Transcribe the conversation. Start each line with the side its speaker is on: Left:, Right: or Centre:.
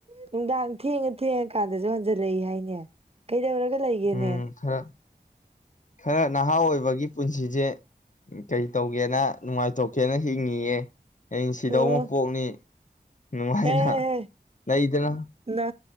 Right: ꯅꯨꯡꯗꯥꯡ ꯊꯦꯡꯉ ꯊꯦꯡꯉꯀꯥꯟꯗꯁꯨ ꯍꯟꯖꯜꯂꯛꯏ ꯍꯥꯏꯅꯦ ꯀꯩꯗꯧꯔꯒ ꯂꯩꯒꯦꯅꯦ
Left: ꯎꯝ ꯈꯔ ꯈꯔ ꯅꯍꯥ ꯑꯣꯏꯕꯒꯤ ꯄꯨꯟꯁꯤꯁꯦ ꯀꯩ ꯇꯧꯒꯦꯅ ꯅꯨꯡꯉꯥꯏꯇꯧꯀꯦꯅ ꯍꯤꯡꯉꯤꯑꯦ ꯑ ꯁꯤꯗꯧ
Right: ꯑꯣ
Left: ꯑꯃ ꯄꯣꯛꯅꯤ ꯅꯨꯡꯉꯥꯏꯅ
Right: ꯑꯦ
Left: ꯂꯩꯗꯅ
Right: ꯅ